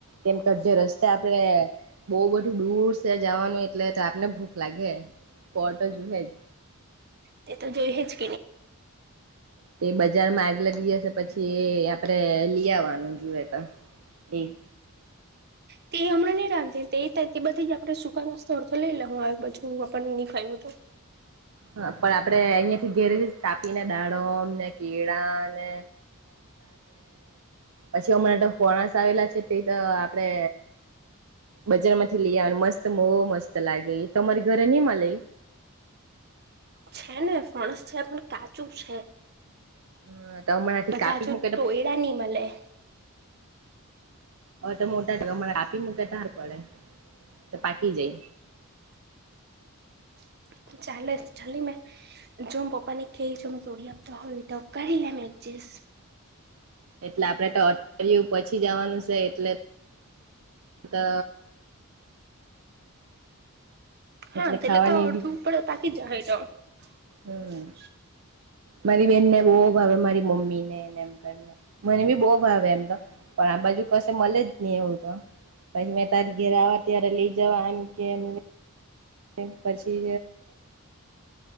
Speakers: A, on the right; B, on the right.
A: કેમ, કેધ રસ્તે આપડે બહુ બધું દૂર છે. જવાનું એટલે આપને ભૂખ લાગે પોટો, જુહેદ
B: તે તો જોઈ, હ છે.
A: તે બજારમા આગલા દિવસે, પછી એ આપડે લઈ આવવાનુ, જુએ તો એક
B: તે એ હમણા નહ, રાંધી બધી જ આપણે સુકા નાસ્તો અડથો લઈ લેુને નહી. ખું હતુ <inaudible>
A: હા, પણ આપડે અહિયાથી ઘેરી કાપીને દાડોમ ને કીળ ને પછી, અમણા તો ફોણાસ આવેલા છે. આપડે બજાર, માંથી લઈ, આવ મસ્ત બ મસ્ત લાગે તમારી ઘરે નહી મા લ
B: છે, ને ફણસ છે, પણ કાચું છે.
A: હ તો હમણાંથી
B: બધા,
A: કાપી
B: હજુ
A: મૂકે
B: ટોયડા
A: તો
B: નહી, મળે
A: હ, તો મોટા ટકા મળ આપી, મૂકે તાર પડે તો પાકી જઈ.
B: <inaudible> ચાલેસ ચાલી મેં જો પપ્પા ને ક છે, હ તોડી આપતો હોય, તો કરી લેમ પચીસ
A: એટલે આપડે, તો અયું પછી જવાનુ છે. એટલે અ તો
B: હા,
A: એટલે
B: તેલે
A: ખાવાની
B: તો અર્ધુ
A: બી
B: ઉપર તકી, જા હટ
A: હમ
B: <unintelligible>
A: મારી બેનને બહુ, ભાવે મારી મમ્મી ને એમકને મને બી બહુ, ભાવે એમ તો પણ આ બાજુ. કસ મે જ નહી, એવું તો પછી, મેમે તારી ઘેરે આવવા ત્યારે લઈ, જવા એમ કે એમ પછી